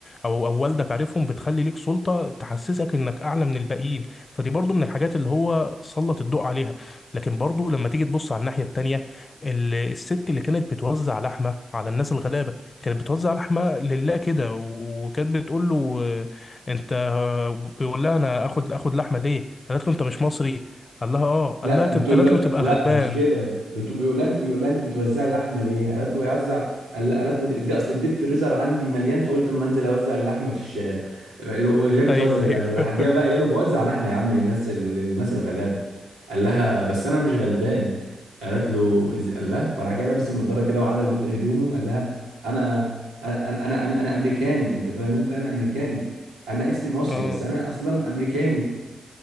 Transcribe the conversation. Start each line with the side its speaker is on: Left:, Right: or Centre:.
Left: او او والدك عارفهم بتخلي ليك سلطة تحسسك انك اعلى من الباقيين فدي برضو من الحاجات اللي هو سلط الضوء عليها لكن برضو لما تيجي تبص على الناحية التانية ال- الست اللي كانت بتوزع لحمة على الناس الغلابة كانت بتوزع لحمة لله كده وكانت بتقول له آه، انت آه، بيقول لها انا اخد اخد لحمة ليه قالت له انت مش مصري قال لها اه
Right: لا
Left: قال لها
Right: بتقول
Left: تبقى قالت
Right: له
Left: له تبقى
Right: لا
Left: غلبان
Right: مش كده بتقول بيقول لها انت بيقول لها انت بتوزعي لحمه ليه؟ قالت له بيوزع قال- قالت له دي اصل الديب فريزر عندي مليان فقلت اما انزل اوزع اللحمه في الشارع اللي هو اللي هي بتهزر
Left: ايوه ايوه
Right: يعني وراحت
Left: <laughs>
Right: جايه بقى قايله له بوزع لحمه يا عم للناس للناس الغلابه قال لها بس انا مش غلبان قالت له إز- قال لها فراح جاي لابس النضاره كده وعدل هدومه قال لها انا انا انا انا امريكاني انت فاهم انت انا امريكاني انا اسمي مصري
Left: اه
Right: بس انا اصلا امريكاني